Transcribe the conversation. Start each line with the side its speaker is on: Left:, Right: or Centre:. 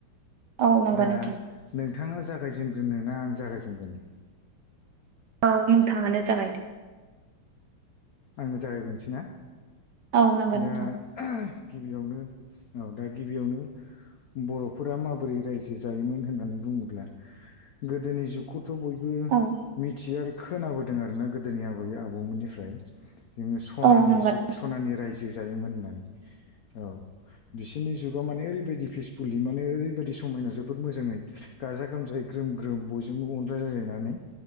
Right: औ नंगौ
Left: दा
Right: नोंथां
Left: नोंथाङा जागायजेनग्रोनो ना आं जागायजेनग्रोनो?
Right: औ नोंथाङानो जागायदो।
Left: आंनो जागायगोनसै ना
Right: औ नंगौ
Left: दा
Right: नोंथां
Left: गिबियावनो औ दा गिबियावनो बर'फोरा माबोरै रायजो जायोमोन होननानै बुङोब्ला गोदोनि जुगखौ थ' बयबो
Right: औ
Left: मिथियो आरो खोनाबोदों आरोना गोदोनि आबै आबौमोननिफ्राय जोङो सनानि
Right: औ नंगौ
Left: जुग सनानि रायजो जायोमोन होननानै औ बि बिसिनि जुगाव माने ओरैबायदि फिसफुलि मानेओरैबायदि समायना जोबोद मोजाङै गाजा गोमजायै ग्रोम ग्रोम बयजोंबो अनलाय‌ लायनानै